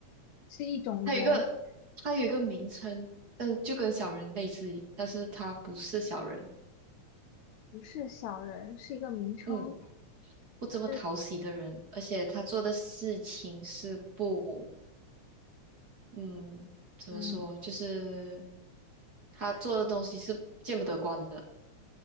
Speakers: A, on the left; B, on the right.
A: 是一种人，
B: 他有一个他有一个名称，嗯，就跟小人类似，但是他不是小人，
A: 不是小人，是一个名称，
B: 嗯，不这么讨喜的人，
A: 是
B: 而且他做的事情是不，嗯，怎么说，
A: 嗯，
B: 就是他做的东西是见不得光的，